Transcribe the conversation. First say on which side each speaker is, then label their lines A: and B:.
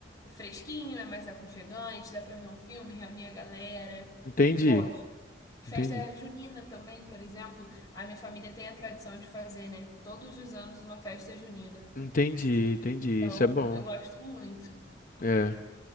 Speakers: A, on the left; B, on the left.
A: fresquinho, é mais aconchegante, dá pra ver um filme, reunir a galera.
B: Entendi,
A: Eu gosto. E Festa
B: entendi.
A: junina também, por exemplo, a minha família tem a tradição de fazer, né? Todos os anos uma festa junina.
B: Entendi, entendi.
A: Então,
B: Isso é bom.
A: eu gosto muito.
B: É,